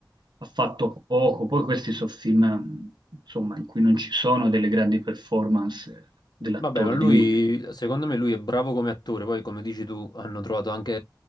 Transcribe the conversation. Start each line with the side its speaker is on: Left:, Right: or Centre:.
Right: ha fatto poco. Poi questi sono film, insomma, in cui non ci sono delle grandi performance dell'attore,
Left: Vabbè, ma lui,
Right: di lui.
Left: secondo me lui è bravo come attore, poi come dici tu, hanno trovato anche